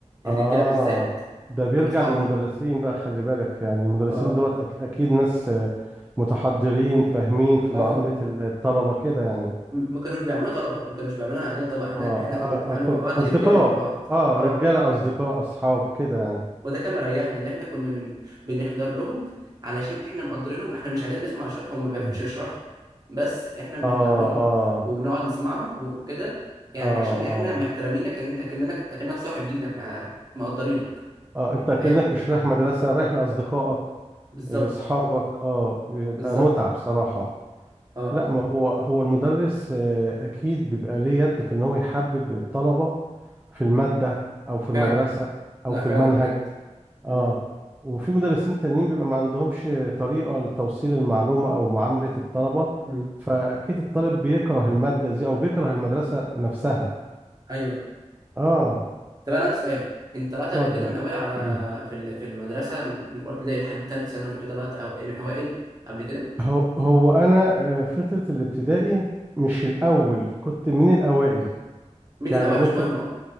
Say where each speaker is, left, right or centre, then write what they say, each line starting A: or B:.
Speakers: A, on the right; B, on the right.
A: اه
B: الرجاله بالذات
A: ده بيرجع
B: كنا صحابهم
A: للمدرسين بقى خلي بالك يعني المدرسين
B: اه
A: دولت أك اكيد ناس آه، متحضرين فاهمين في
B: اه
A: معاملة الطلبة كده يعني
B: م- ما كانوش بيعملوها طلبه ما كانوش بيعملوها علينا طبعا احنا
A: اه آه،
B: احنا كنا بنتعامل
A: آه، ك-
B: مع بعض
A: اصدقاء
B: رجاله مع بعض
A: اه
B: اه
A: رجالة اصدقاء اصحاب كده يعني
B: وده كان مريحنا اللي احنا كنا من بنحضر لهم علشان احنا مقدرينهم احنا مش عايزين نسمع شرح وما بيعرفوش
A: مم.
B: يشرحوا بس احنا بنحضر
A: اه
B: لهم
A: اه
B: وبنقعد نسمعهم و- وكده يعني
A: اه
B: عشان احنا
A: اه
B: محترمينك أكن- اكنك اكنك صاحب لينا احنا مقدرينك
A: اه انت كأنك
B: فاهم
A: مش رايح مدرسة رايح لأصدقائك
B: بالظبط
A: لأصحابك اه بيبقى
B: بالظبط
A: متعة بصراحة
B: اه
A: لا ما هو هو المدرس آه، أكيد بيبقى ليه يد في إن هو يحبب الطلبة في المادة أو في المدرسة
B: فعلا
A: أو
B: لا
A: في
B: فعلا
A: المنهج
B: بجد
A: اه
B: مم.
A: وفي مدرسين تانيين بيبقى ما عندهمش طريقة لتوصيل المعلومة أو معاملة الطلبة
B: مم.
A: فأكيد الطالب بيكره المادة دي أو بيكره المدرسة نفسها
B: ايوه
A: اه
B: طب انا عندي سؤال انت طلعت
A: اتفضل
B: قبل كده من الاول على
A: <clears throat>
B: في ال- في المدرسه من من اولى ابتدائي لحد ثالث ثانوي كده طلعت أو- الاوائل قبل كده
A: هو هو أنا آه، فترة الابتدائي مش الأول كنت من الأوائل
B: مين
A: يعني
B: الاوائل
A: ممكن
B: مش مهم اه